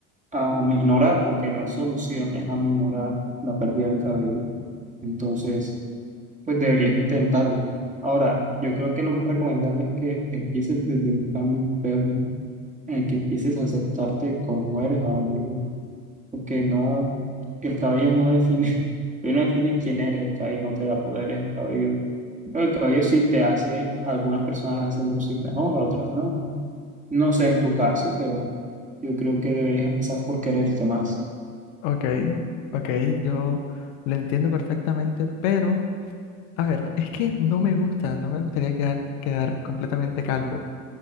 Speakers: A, on the right; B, on the left.
A: a minorar, porque no es solución, es aminorar la pérdida del cabello. Entonces pues deberías intentarlo. Ahora, yo creo que lo más recomendable es que empieces desde un cambio interno, en el que empieces a aceptarte como eres ahora mismo, porque no, el cabello no define, <laughs> el cabello no define quién eres, el cabello no te da poderes, el cabello, pero el cabello sí te hace, algunas personas las hacen lucir mejor, a otras no. No sé en tu caso, pero yo creo que deberías empezar por quererte más.
B: Ok, ok, yo lo entiendo perfectamente, pero... A ver, es que no me gusta, no me gustaría quedar, quedar completamente calvo.